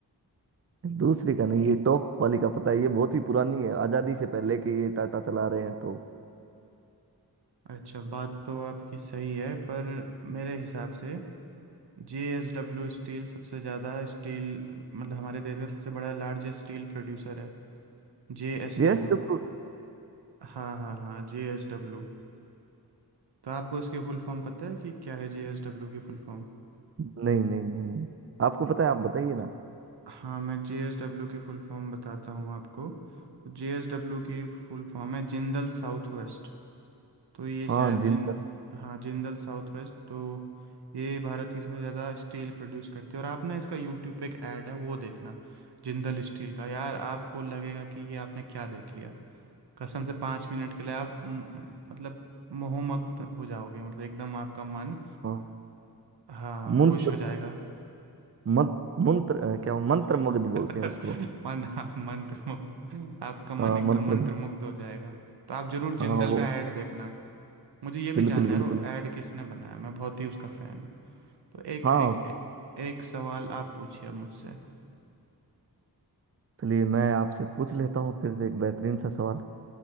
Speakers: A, on the right; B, on the right.
A: है दूसरी का नहीं ये टॉप वाली का पता है ये बहुत ही पुरानी है आजादी से पहले के ये टाटा चला रहे हैं तो
B: अच्छा बात तो आपकी सही है पर मेरे हिसाब से जे एस डब्ल्यू स्टील सबसे ज़्यादा स्टील मतलब हमारे देश का सबसे बड़ा लार्जेस्ट स्टील प्रोड्यूसर है जे एस
A: जेएसडब्ल्यू
B: डब्ल्यू हाँ हाँ हाँ जे एस डब्ल्यू तो आपको इसकी फुल फॉर्म पता है कि क्या है जे एस डब्ल्यू की फुल फॉर्म
A: नहीं नहीं नहीं नहीं आपको पता है
B: तो
A: आप बताइए ना
B: हाँ मैं जेएसडब्ल्यू की फुल फॉर्म बताता हूँ आपको जेएसडब्ल्यू की फुल फॉर्म है जिंदल साउथ वेस्ट तो ये
A: हाँ
B: शायद
A: जिंदल
B: जिन हाँ जिंदल साउथ वेस्ट तो ये भारत की सबसे ज़्यादा स्टील प्रोड्यूस करती है और आप ना इसका यूट्यूब पे एक ऐड है वो देखना जिंदल स्टील का यार आपको लगेगा कि ये आपने क्या देख लिया कसम से पाँच मिनट के लिए आप म- म- मतलब मोहमग्न हो जाओगे मतलब एकदम आपका मन
A: हाँ
B: हाँ
A: मंत्र
B: खुश हो जाएगा
A: मंत्र मंत्र अ, क्या वो, मंत्र मगध बोलते
B: <laughs>
A: हैं उसको
B: मन हाँ, मंत्रमुग्ध आपका मन
A: हाँ
B: एकदम
A: मंत्र
B: मंत्रमुग्ध हो जाएगा तो आप जरूर जिंदल
A: हाँ वो
B: का ऐड देखना मुझे ये भी
A: बिल्कुल
B: जानना है
A: बिल्कुल
B: वो ऐड किसने बनाया मैं बहुत ही उसका फैन हूँ तो एक
A: हाँ
B: एक एक सवाल आप पूछिए अब मुझसे
A: चलिए मैं आपसे पूछ लेता हूँ फिर एक बेहतरीन सा सवाल